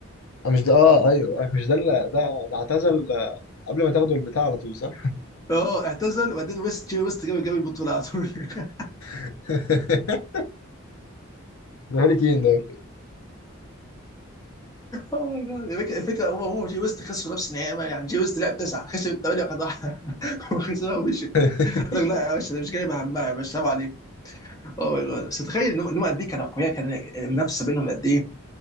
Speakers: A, on the left; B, on the left.
A: آه، مش ده اه ايوه آه، مش ده اللي ده ده اعتزل آه، قبل ما تاخدوا البتاع على طول صح؟
B: اه اعتزل وبعدين ويست جي ويست جاب جاب البطوله على طول <laughs>
A: <laughs> ده هاري كين ده ولا إيه؟
B: اوه ماي جاد الفكره الفكرة هو هو جي ويست خسروا نفس النهائي يعني جي ويست لعب تسعه خسر الثمانيه وخد واحده <laughs> وخسرها ومشي
A: <laughs>
B: قال لك <laughs> لا يا باشا ده مش جايبه همها يا باشا سلام عليك اوه ماي جاد بس تخيل انهم إنهم قد ايه كانوا اقوياء كان المنافسه بينهم قد ايه